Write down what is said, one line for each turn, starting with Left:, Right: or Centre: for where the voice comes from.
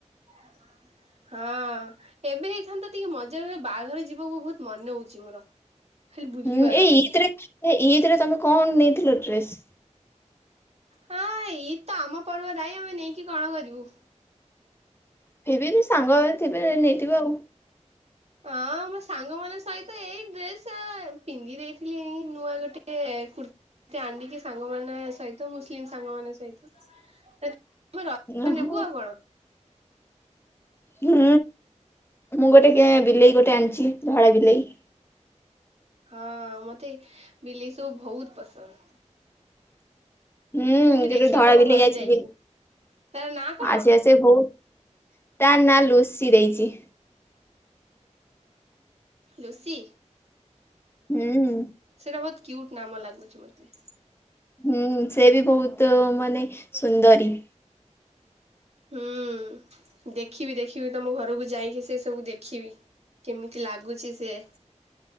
Right: <unintelligible> ହଁ ଏବେ ହେଇଥାନ୍ତା ଟିକେ ମଜା ବାହାଘର ଯିବାକୁ ବହୁତ ମନ ହଉଛି ମୋର। ଖାଲି ବୁଲିବାର
Left: ହୁଁ ଏଇ ଇଥି ରେ ଏ ଇଦ୍ ରେ ତମେ କଣ ନେଇଥିଲ ଡ୍ରେସ୍?
Right: ହଁ ଇଦ୍ ତ ଆମ ପର୍ବ ନାହିଁ ଆମେ ନେଇକି କଣ କରିବୁ?
Left: ଫିବି ବି ସାଙ୍ଗ ଗୁରା ଥିବେ ନେଇଥିବେ ଆଉ।
Right: ହଁ ମୋ ସାଙ୍ଗ ମାନଙ୍କ ସହିତ ଏଇ ଡ୍ରେସ ପିନ୍ଧି ଦେଇଥିଲି ନୂଆ ଗୋଟେ କୁର୍ତ୍ ତି ଆନିକି ସାଙ୍ଗମାନେ ସହିତ ମୁସ୍ଲିମ୍ ସାଙ୍ଗମାନ ସଇତ। <unintelligible> ରେ
Left: ଓହୋ
Right: ନେବୁ ଆଉ କଣ?
Left: ହୁଁ ମୁଁ ଗୋଟେ କେ ବିଲେଇ ଗୋଟେ ଆଣିଚି ଧଳା ବିଲେଇ।
Right: ହଁ ମତେ ବିଲେଇ ସବୁ ଭହୁତ୍ ପସନ୍ଦ୍।
Left: ହୁଁ
Right: ମୁଁ ବି
Left: ଯୋଉଟା
Right: ଦେଖିବି
Left: ଧଳା
Right: ତମ
Left: ବିିଲେଇ
Right: ଘରେ
Left: ଆଇଚି
Right: ଯାଇକି
Left: ଦି
Right: ତାର ନାଁ କଣ?
Left: ଆଜି ଆସ ସେ ବହୁତ୍ ତା ନା ଲୁସି ଦେଇଚି।
Right: ଲୁସି।
Left: ହୁଁ ହୁଁ।
Right: ସେଇଟା ବହୁତ କ୍ୟୁଟ୍ ନାମ ଲାଗୁଚି ମତେ।
Left: ହୁଁ ସେ ବି ବହୁତ ମାନେ ସୁନ୍ଦରୀ।
Right: ହୁଁ ଦେଖିବି ଦେଖିବି ତମ ଘରକୁ ଯାଇକି ସେ ସବୁ ଦେଖିବି। କେମିତି ଲାଗୁଛି ସିଏ?